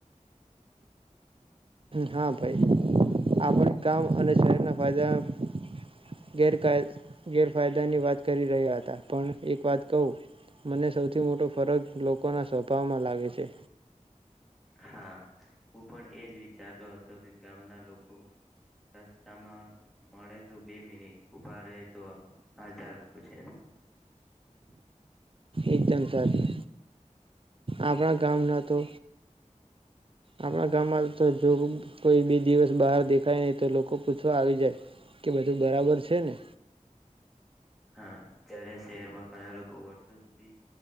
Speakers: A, on the right; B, in the centre.
A: હા ભાઈ આપણે ગામ અને શહેરના ફાયદા ગેરક ગેરફાયદાની વાત કરી રહ્યા હતા પણ એક વાત કહું મને સૌથી મોટો ફરક લોકોના સ્વભાવમાં લાગે છે,
B: હા હું પણ એ જ વિચારતો હતો કે ગામના લોકો રસ્તામાં મળે તો બે મિનિટ ઉભા રહે તો હાલ ચાલ પૂછે
A: એકદમ સારું આપણા ગામના તો આપણા ગામમાં તો જોગ કોઈ બે દિવસ બહાર દેખાય નહી તો લોકો પૂછવા આવી જાય કે બધું બરાબર છે ને
B: હા જય્યારે શહેરમાં ઘણા લોકો વર્ષો સુધી